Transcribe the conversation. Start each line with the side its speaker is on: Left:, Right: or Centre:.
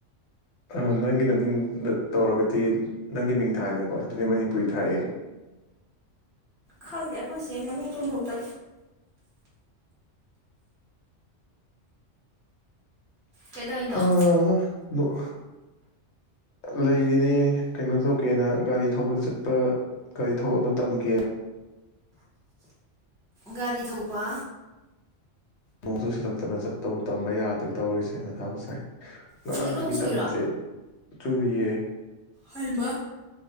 Left: ꯑ ꯅꯪꯒꯤꯅ ꯃꯤꯡꯗ ꯇꯧꯔꯒꯗꯤ ꯅꯪꯒꯤ ꯃꯤꯡ ꯊꯥꯏꯗꯅꯀꯣ ꯑꯁꯤꯗꯤ ꯃꯅꯤꯄꯨꯔꯤ ꯊꯥꯏꯌꯦ꯫
Centre: ꯈꯪꯗꯦ ꯑꯩꯈꯣꯏꯁꯦ ꯃꯃꯤꯡ ꯆꯣꯡꯊꯣꯛꯇ ꯀꯩꯗꯧꯔꯤꯅꯣ
Left: ꯍꯥ ꯍꯥ ꯅꫭꯛ ꯂꯩꯔꯤꯅꯦ ꯀꯩꯅꯣ ꯇꯧꯒꯦꯅ ꯒꯥꯔꯤ ꯊꯧꯕ ꯆꯠꯄ ꯒꯥꯔꯤ ꯊꯧꯕꯗ ꯇꯝꯒꯦ
Centre: ꯒꯥꯔꯤ ꯊꯧꯕ
Left: ꯅꯣꯡꯁꯨ ꯁꯊꯛꯇꯅ ꯆꯠꯇꯧ ꯇꯝꯕ ꯌꯥꯗ꯭ꯔꯦ ꯇꯧꯔꯤꯁꯦꯅ ꯊꯥꯕ ꯁꯥꯏ꯫ ꯉꯔꯥꯡꯗꯒꯤ
Centre: ꯍꯧꯖꯤꯛ ꯅꯣꯡ ꯆꯨꯏꯔꯣ
Left: ꯇꯝꯁꯦ ꯆꯨ ꯌꯦ꯫
Centre: ꯍꯥꯏꯔꯤꯕ